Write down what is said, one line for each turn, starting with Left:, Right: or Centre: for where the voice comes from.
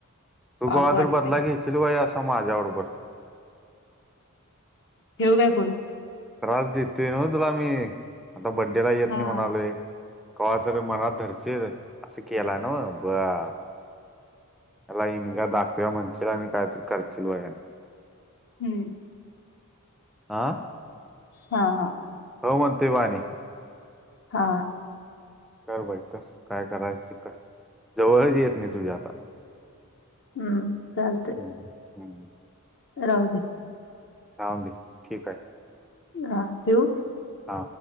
Centre: तू
Left: पाप
Centre: कवा
Left: वाटतय
Centre: तर बदला घ्यायची <unintelligible> माझ्या बरोबर
Left: ठेऊ काय फोन?
Centre: त्रास देतोय न्हव तुला आम्ही, आता बड्डेला येत
Left: हा
Centre: नाही म्हणालोय कवा तर मनात धरशील, असं केलाय न्हव बरं ह्याला इंगा दाखऊया म्हणशील आणि काय तरी करशील बघा
Left: हम्म
Centre: हा
Left: हा हा
Centre: हो म्हणतोय ब आणि
Left: हा
Centre: कर बाई कर काय करायचं, ते कर जवळच येत नाही तुझ्या आता
Left: हम्म चालतय
Centre: हम्म हम्म
Left: राहू दे
Centre: राहुंदे, ठीकय
Left: हा ठेऊ?
Centre: हा